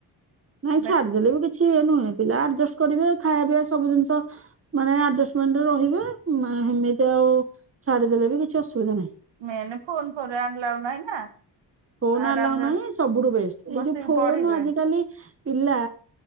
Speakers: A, on the right (about 30°); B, on the right (about 85°).
A: <inaudible> ନାଇଁ
B: ଦେଖ
A: ଛାଡିଦେଲେ ବି କିଛି। ଏ ନୁହେଁ ପିଲା ଆଡଜଷ୍ଟ କରିବେ ଖାଇବା ପିଇବା ସବୁ ଜିନିଷ ମାନେ ଆଡଜଷ୍ଟମେଣ୍ଟରେ ରହିବେ ସେମିତି ଆଉ ଛାଡିଦେଲେ ବି କିଛି ଅସୁବିଧା ନାହିଁ।
B: ମେନ୍ ଫୋନ ଫୋନ୍ ଆଲାଉ ନାହିଁ ନା।
A: ଫୋନ
B: ଆରାମରେ
A: ଆଲାଉ ନାହିଁ ସବୁଠୁ ବେଷ୍ଟ ଏଇ
B: ବସିକି
A: ଯୋଉ ଫୋନ
B: ପଢିବେ
A: ଆଜିିକାଲି ପିଲା